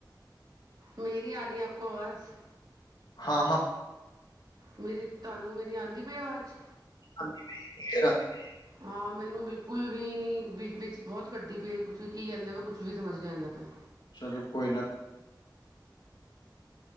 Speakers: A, on the right (about 65°); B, on the left (about 70°).
A: ਮੇਰੀ ਆਰੀ ਐ ਆਪਕੋ ਆਵਾਜ਼,
B: ਹਾਂ-ਹਾਂ,
A: ਮੇਰੀ ਤੁਹਾਨੂੰ ਮੇਰੀ ਆਂਦੀ ਪਈ ਆਵਾਜ਼,
B: ਆਂਦੀ ਪਈ ਐ ਕਲੀਅਰ ਆਂਦੀ ਪਈ ਐ।
A: ਹਾਂ ਮੈਨੂੰ ਬਿਲਕੁੱਲ ਵੀ ਨੀ ਵਿੱਚ ਬਹੁਤ ਕਟਦੀ ਪਈ ਤੁਸੀ ਕੀ ਕਹਿੰਦੇ ਪਏ ਔ ਕੁੱਛ ਵੀ ਸਮਝ ਨੀ ਆਂਦਾ ਪਿਆ।
B: ਚਲੋ ਕੋਈ ਨਾ।